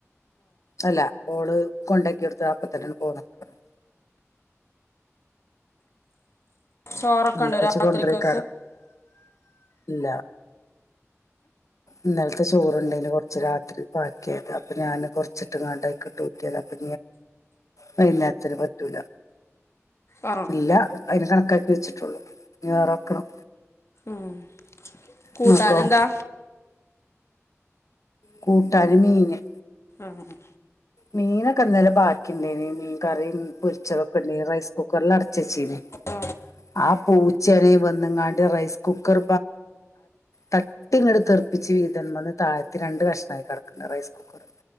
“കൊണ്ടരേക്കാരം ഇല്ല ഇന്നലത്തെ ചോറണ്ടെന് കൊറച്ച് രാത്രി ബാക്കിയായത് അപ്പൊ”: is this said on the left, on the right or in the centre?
Left